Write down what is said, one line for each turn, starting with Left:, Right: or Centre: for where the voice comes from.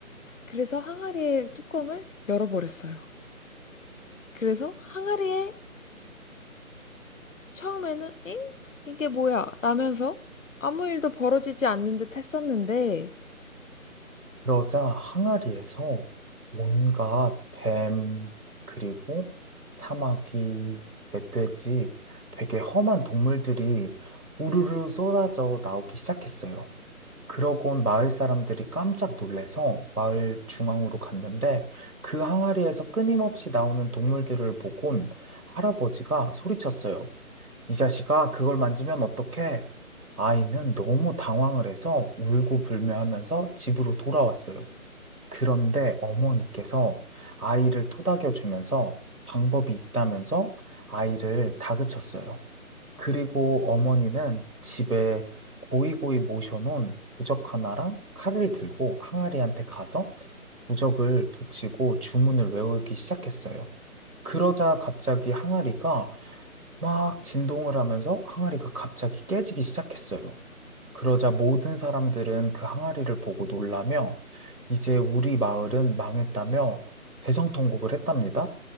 Left: 그래서 항아리의 뚜껑을 열어버렸어요. 그래서 항아리에 처음에는 엥? 이게 뭐야? 라면서 아무 일도 벌어지지 않는 듯 했었는데
Right: 그러자 항아리에서 온갖 뱀, 그리고 사마귀, 멧돼지, 되게 험한 동물들이 우르르 쏟아져 나오기 시작했어요. 그러고 온 마을 사람들이 깜짝 놀래서 마을 중앙으로 갔는데 그 항아리에서 끊임없이 나오는 동물들을 보곤 할아버지가 소리쳤어요. 이 자식아, 그걸 만지면 어떡해? 아이는 너무 당황을 해서 울고 불며 하면서 집으로 돌아왔어요. 그런데 어머니께서 아이를 토닥여 주면서 방법이 있다면서 아이를 다그쳤어요. 그리고 어머니는 집에 고이고이 모셔놓은 부적 하나랑 칼을 들고 항아리한테 가서 부적을 붙이고 주문을 외우기 시작했어요. 그러자 갑자기 항아리가 막 진동을 하면서 항아리가 갑자기 깨지기 시작했어요. 그러자 모든 사람들은 그 항아리를 보고 놀라며 이제 우리 마을은 망했다며 대성통곡을 했답니다.